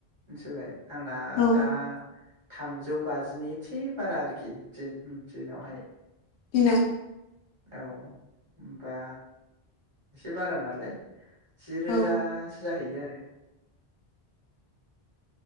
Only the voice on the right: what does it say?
मोनथिबाय आंना
दा थामजौ बाजिनि एसे बारा आरोखि दिन दिनावहाय
औ होमबा एसे बारा नालाय जि रोजा
जाहैयो आरो